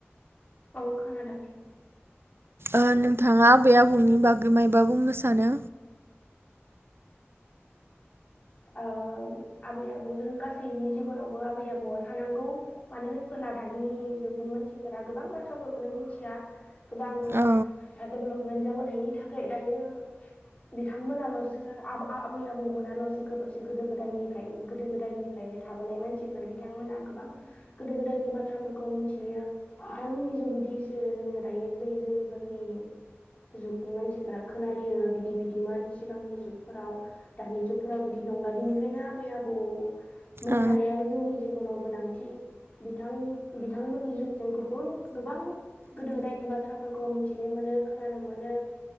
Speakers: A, on the left; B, on the right.
A: औ खोनादों।
B: ओ नोंथांङा आबै आबौनि बागै मायबा बुंनो सानो?
A: ओ आबै आबौजों गासैनि जिबनावबो आबै आबौआ थानांगौ मानो होनबोला दानि जुगनि मानसिफोरा गोबां बाथ्राफोरखौनो मिनथिया, गोबां
B: औ
A: देब'लप, मोनजाबोनायनि थाखाय दायो बिथांमोनाल'सो आ आबै आबौमोनाल'सो, गो गोदो‌ गोदायनिफ्राय गोदो गोदायनिफ्रायनो थाबोनाय मानसिफोर बिथांमोनहा गोबां गोदो गोदायनि बाथ्राफोरखौ मिथियो बिथांमोननि जुगेदिसो जोंङो दायो जै जोंफोरनि जुगनि मानसिफोरा खोनायो बिदि बिदिमोन सिगांनि जुगफोराव दानि जुगफोराव बि बिदि नंला बिनिखायनो आबै आबौ मोन
B: औ
A: थानायाबो जोंनि जिबनाव गोनांथि बिथां बिथांमोननि गुबुन गोबां गोदो गोदायनि बाथ्राफोरखौ मिथिनो मोनो खोनानो मोनो,